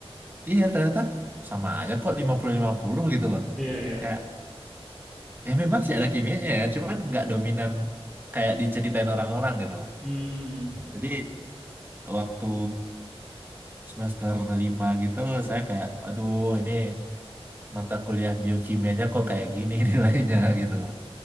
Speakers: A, on the right (about 20°); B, in the centre.
A: Iya ternyata sama aja kok lima puluh lima puluh gitu loh.
B: Iya, iya.
A: Kayak ya memang sih ada kimianya ya, cuman nggak dominan kayak diceritain orang-orang gitu loh.
B: Hmm.
A: Jadi waktu semester lima gitu saya kayak aduh ini mata kuliah biokimianya kok kayak gini <laughs> nilainya gitu loh.